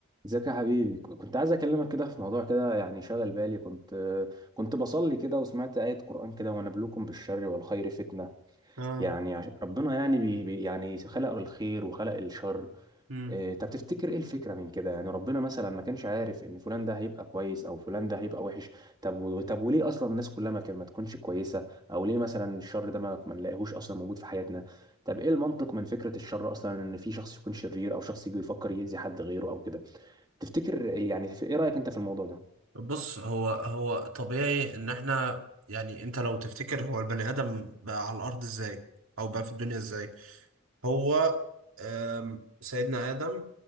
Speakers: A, on the right; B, on the right.
A: ازيك يا حبيبي ك- كنت عايز اكلمك كده في موضوع كده يعني شغل بالي كنت كنت بصلي كده وسمعت آية قرآن كده ونبلوكم بالشر والخير فتنة
B: اه
A: يعني عش- ربنا يعني بي بي- يعني خلق الخير وخلق الشر
B: مم.
A: إيه، طب تفتكر ايه الفكرة من كده يعني ربنا مثلا ما كانش عارف ان فلان ده هيبقى كويس او فلان ده هيبقى وحش طب و- طب وليه اصلا الناس كلها ما كان- ما تكونش كويسة او ليه مثلا الشر ده ما ما نلاقيهوش اصلا موجود في حياتنا طب ايه المنطق من فكرة الشر اصلا ان في شخص يكون شرير او شخص يجي يفكر يأذي حد غيره او كده تفتكر يعني في- ايه رأيك انت في الموضوع ده
B: بص هو هو طبيعي ان احنا يعني انت لو تفتكر هو البني ادم بقى على الارض ازاي او بقى في الدنيا ازاي هو آم، سيدنا ادم